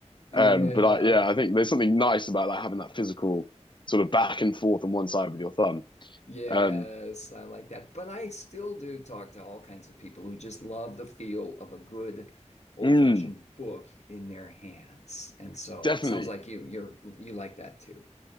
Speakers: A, on the left; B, on the left.
A: Yeah.
B: Um, but I yeah, I think there's something nice about like having that physical sort of back and forth on one side with your thumb.
A: Yes,
B: Um,
A: I like that. But I still do talk to all kinds of people who just love the feel of a good old-fashioned
B: mm.
A: book in their hands. And so
B: Definitely.
A: it sounds like you you're you like that too.